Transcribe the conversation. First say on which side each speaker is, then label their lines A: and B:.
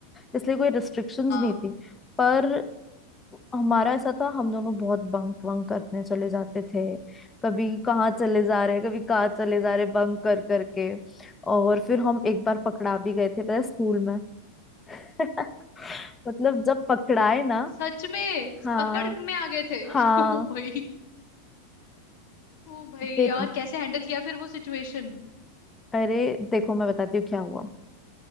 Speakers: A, on the left (about 20°); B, on the left (about 60°).
A: इसलिए कोई रिस्ट्रिक्शंस
B: हाँ
A: नहीं थी पर हमारा ऐसा था हम दोनों बहुत बंक वंक करने चले जाते थे कभी कहाँ चले जा रहे कभी कहाँ चले जा रहे बंक कर करके और फिर हम एक बार पकड़ा भी गए थे पता है स्कूल में <laughs> मतलब जब पकड़ाए ना
B: सच में
A: हाँ
B: पकड़ में आ गए थे
A: हाँ
B: <laughs> ओ भाई ओ भाई यार
A: फिर
B: कैसे हैंडल किया फिर वो सिचुएशन
A: अरे देखो मैं बताती हूँ क्या हुआ